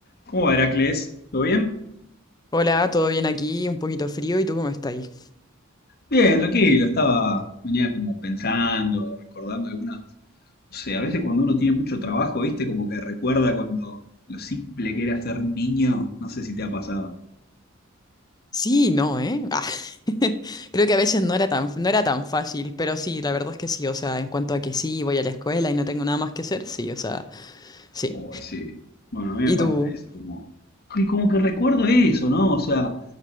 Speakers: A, on the left (about 50°); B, on the left (about 20°).
A: ¿Cómo va, Heracles? ¿Todo bien?
B: Hola, ¿todo bien aquí? Un poquito frío, ¿y tú cómo estás ahí?
A: Bien, tranquilo, estaba, venía como pensando, recordando algunas, no sé, a veces cuando uno tiene mucho trabajo, ¿viste? Como que recuerda cuando lo simple que era ser niño, no sé si te ha pasado.
B: Sí, no, ¿eh? Ah, <laughs> Creo que a veces no era tan, no era tan fácil, pero sí, la verdad es que sí, o sea, en cuanto a que sí, voy a la escuela y no tengo nada más que hacer, sí, o sea, sí.
A: O ese, bueno, a mí me
B: Y
A: pasa
B: tú,
A: eso, como, y como que recuerdo eso, ¿no? O sea,